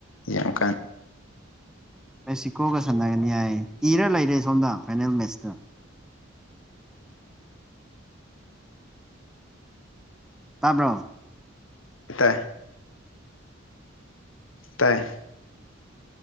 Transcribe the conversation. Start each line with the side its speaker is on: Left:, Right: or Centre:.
Left: ꯌꯥꯝ ꯀꯥꯟ
Centre: ꯃꯦꯛꯁꯤꯀꯣꯒ ꯁꯥꯟꯅꯒꯅꯤ ꯍꯥꯏ ꯏꯔ ꯂꯩꯔꯦ ꯁꯣꯝꯗ ꯐꯥꯏꯅꯦꯜ ꯃꯦꯠꯁꯇꯨ ꯇꯥꯕ꯭ꯔꯣ
Left: ꯇꯥꯏ ꯇꯥꯏ